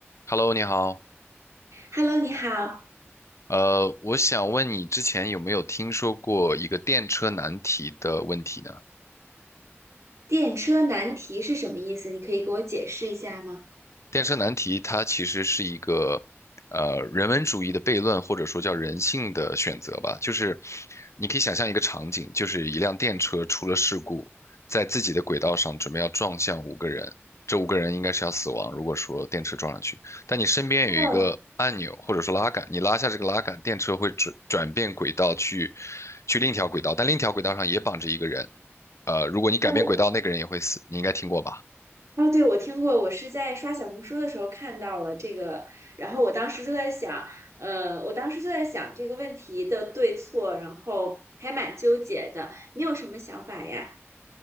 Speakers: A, on the left; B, on the right.
A: Hello，你好。
B: Hello，你好，
A: 呃，我想问你之前有没有听说过一个电车难题的问题呢？
B: 电车难题是什么意思？你可以给我解释一下吗？
A: 电车难题它其实是一个呃人文主义的悖论，或者说叫人性的选择吧。就是你可以想象一个场景，就是一辆电车出了事故，在自己的轨道上准备要撞向五个人，这五个人应该是要死亡。如果说电车撞上去，但你身边有一个按钮或者说拉杆，
B: 哦，
A: 你拉下这个拉杆，电车会转转变轨道去去另一条轨道，但另一条轨道上也绑着一个人。呃，如果你改变轨道，
B: 哦，
A: 那个人也会死。你应该听过吧？
B: 哦，对，我听过，我是在刷小红书的时候看到了这个，然后我当时就在想，呃，我当时就在想这个问题的对错，然后还蛮纠结的。你有什么想法呀？